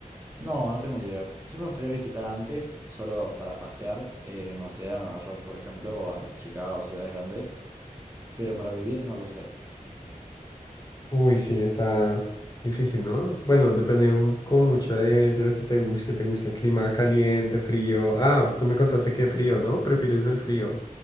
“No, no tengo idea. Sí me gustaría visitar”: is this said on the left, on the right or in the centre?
Right